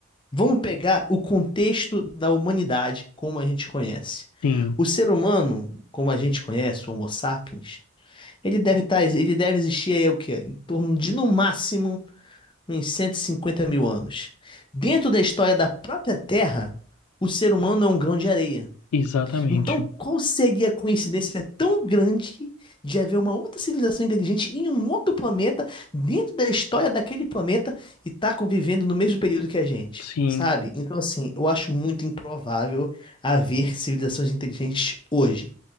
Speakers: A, on the left; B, on the left.
A: Vamos pegar o contexto da humanidade como a gente conhece.
B: sim,
A: O ser humano, como a gente conhece, o Homo sapiens, ele deve estar, ele deve existir aí o quê? Em torno de no máximo uns cento e cinquenta mil anos. Dentro da história da própria Terra, o ser humano é um grão de areia.
B: exatamente.
A: Então, qual seria a coincidência tão grande de haver uma outra civilização inteligente em um outro planeta, dentro da história daquele planeta, e tá convivendo no mesmo período que a gente?
B: Sim,
A: Sabe? Então, assim, eu acho muito improvável haver civilizações inteligentes hoje.